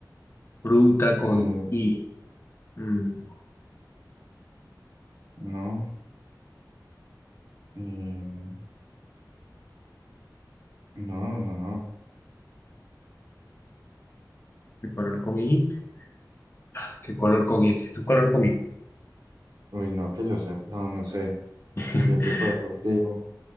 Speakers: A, on the left (about 35°); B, on the right (about 60°).
A: fruta con
B: Eh,
A: I. Mm,
B: no. Mm, no, no, no.
A: ¿qué color con I? Ah, ¿Qué color con I? Si es un color con I.
B: Uy, no, que yo sé. No, no sé.
A: <laughs>
B: Y equipo deportivo.